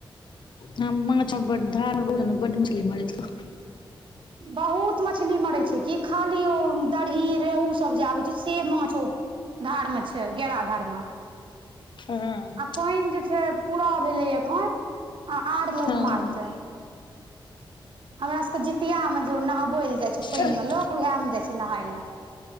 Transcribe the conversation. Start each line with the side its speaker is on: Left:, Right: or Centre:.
Left: हम माछ हां बड धार मे <unintelligible> बड मछली मरै छला।
Right: बहुत मछली मरै छैय कि खाली ओ दरही रेहू सब जे आबै छैय से माछ ओ- धार मे छै गेराधार में।
Left: हँ।
Right: आ पेएन जे छै पूरा भेलै अखन आ आर लोक
Left: हँ।
Right: मारतै। हमरा स के जितिया मे जे उ नहबै ले जाय छै पेएन
Left: हँ।
Right: मे लोक उहाए मे जाय छै नहाय ले।